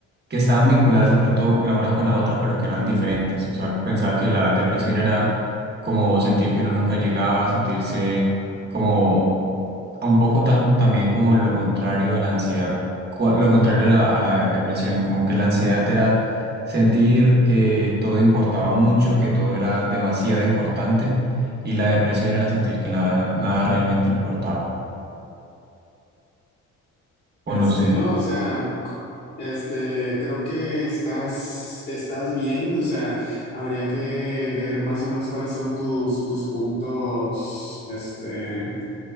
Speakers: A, on the right (about 35°); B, on the left (about 35°).
A: que estaban vinculadas de pronto la una con la otra, pero que eran diferentes. O sea, pensaba que la depresión era como sentir que uno nunca llegaba, sentirse como un poco tan, también como lo contrario a la ansiedad, cua- lo contrario a la, a la depresión, como que la ansiedad era sentir que todo importaba mucho, que todo era demasiado importante. Y la depresión era sentir que nada, nada realmente importaba. O
B: Este,
A: no sé.
B: no, o sea, este, creo que estás, estás bien, o sea, habría que ver más o menos cuáles son tus, tus puntos, este